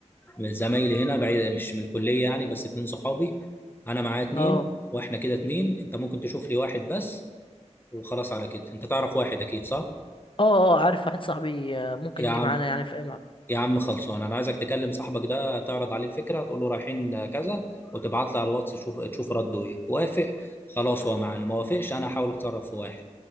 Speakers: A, on the left (about 15°); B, on the left (about 45°).
A: من زمايلي هنا بعيد مش من الكليه يعني بس اتنين صحابي انا معايا اتنين
B: اه
A: واحنا كده اتنين انت ممكن تشوف لي واحد بس وخلاص على كده انت تعرف واحد اكيد صح
B: اه اه عارف واحد صاحبي آه، ممكن
A: يا
B: يجي
A: عم
B: معانا يعني في اي مكان
A: يا عم خلصان انا عايزك تكلم صاحبك ده تعرض عليه الفكره تقول له رايحين كذا وتبعت لي على الواتس تشوف تشوف رده ايه وافق خلاص هو معانا ما وافقش انا هحاول اتصرف في واحد